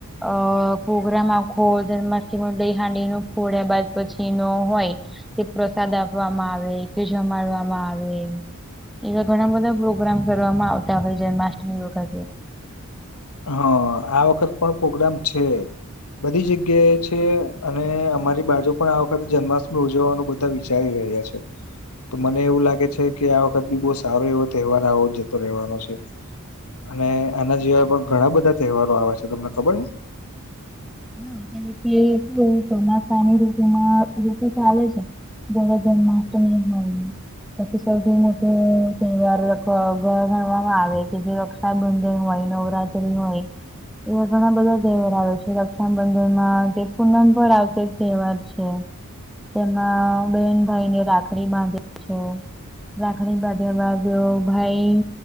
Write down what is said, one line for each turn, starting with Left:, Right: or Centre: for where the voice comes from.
Centre: અ પ્રગ્રામ આખો જન્માષ્ટમી દઈહાંડી ને ફોડ્યા બાદ પછી નો હોય. તે પ્રસાદ આપવામાં આવે જમાડવામાં આવે એવા ઘણા બધા પ્રોગ્રામ કરવામાં આવતા હોય જન્માષ્ટમી વખતે.
Left: હા આ વખત પણ પ્રોગ્રામ છે. બધી જગ્યાએ છે અને અમારી બાજુ પણ આ વખતે જન્માષ્ટમી ઉજવવાનું બધા વિચારી રહ્યા છે. તો મને એવું લાગે છે કે આ વખત બી બહું સારો એવો તહેવાર આવો જતો રહેવાનો છે. અને આના જેવા પણ ઘણા બધા તહેવારો આવે છે તમને ખબર છે.
Centre: હા કારણ કે શું ચોમાસાની ઋતુમાં ઋતુ ચાલે છે. ત્યારે જન્માષ્ટમી હોય. પછી સૌથી મોટી તવાર ગણવામાં આવે કે જે રક્સબનદન હોય નવરાત્રી હોય એવા ઘણા બધા તહેવાર આવે છે. રકસાબંદર માં તે પૂનમ પર આવતો જ તહેવાર છે તેમાં બેન ભાઈ ને રાખડી બાંધી છે. રાખણી બાધ્યામાં બ ભાઈ.